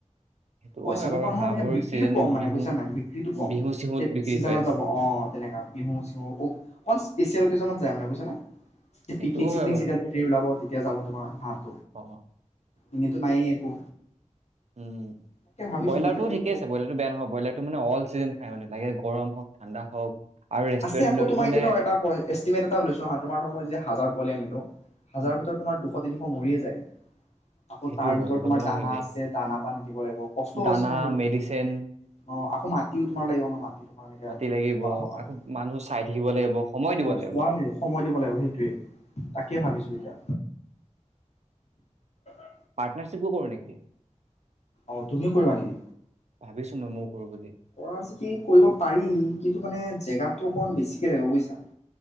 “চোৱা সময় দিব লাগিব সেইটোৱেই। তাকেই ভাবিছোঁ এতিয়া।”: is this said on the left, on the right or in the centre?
Left